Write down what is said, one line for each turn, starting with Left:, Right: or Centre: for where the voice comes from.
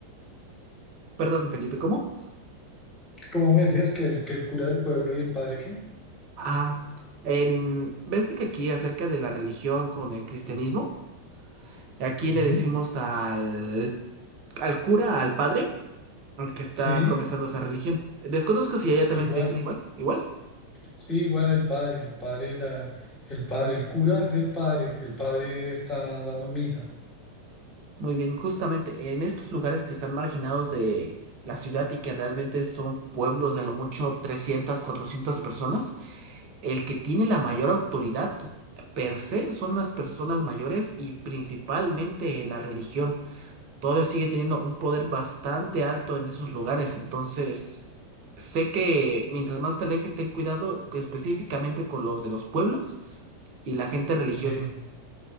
Right: Perdón, Felipe, ¿cómo?
Left: ¿Cómo me decías que el, que el cura del pueblo y el padre qué?
Right: Ah, en... ¿Ves de que aquí acerca de la religión con el cristianismo? Aquí
Left: Ujú,
Right: le decimos al, al cura, al padre, al que está
Left: Sí,
Right: profesando esa religión. Desconozco si allá también
Left: igual.
Right: te dicen igual, igual.
Left: Sí, igual el padre. El padre, la, el padre, el cura es el padre. El padre está dando misa.
Right: Muy bien, justamente en estos lugares que están marginados de la ciudad y que realmente son pueblos de a lo mucho 300 400 personas, El que tiene la mayor autoridad per se son las personas mayores y principalmente la religión. Todavía sigue teniendo un poder bastante alto en esos lugares. Entonces, sé que mientras más te alejes, ten cuidado que específicamente con los de los pueblos y la gente religiosa.
Left: Sí,